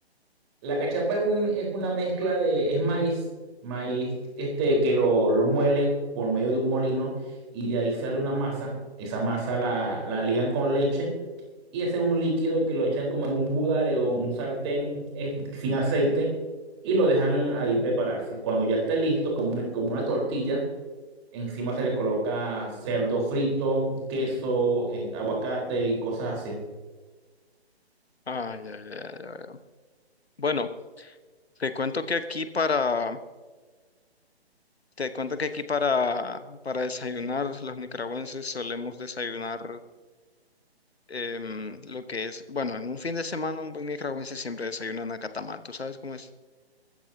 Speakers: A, on the right (about 25°); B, on the left (about 70°).
A: La cachapa es un, es una mezcla de, es maíz, maíz este, que lo, lo muelen por medio de un molino y de ahí sale una masa. Esa masa la, la ligan con leche y hacen un líquido que lo echan como en un budare o en un sartén eh, sin aceite y lo dejan ahí prepararse. Cuando ya esté listo, como una, como una tortilla, encima se le coloca cerdo frito, queso, eh, aguacate y cosas así.
B: Ay, ay, ay, ay, ay. Bueno, te cuento que aquí para, te cuento que aquí para, para desayunar, los nicaragüenses solemos desayunar em, lo que es, bueno, en un fin de semana un buen nicaragüense siempre desayuna nacatamal, ¿tú sabes cómo es?